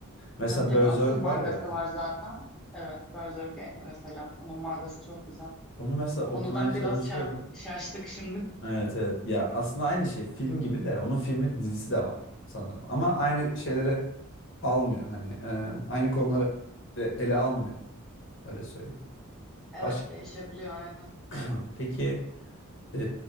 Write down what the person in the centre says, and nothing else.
Tabii tabii
asıl mangası
var zaten. Evet Berserk e- mesela onun mangası çok güzel.
Konudan
biraz şa- şaştık şimdi.
Evet
değişebiliyor aynen.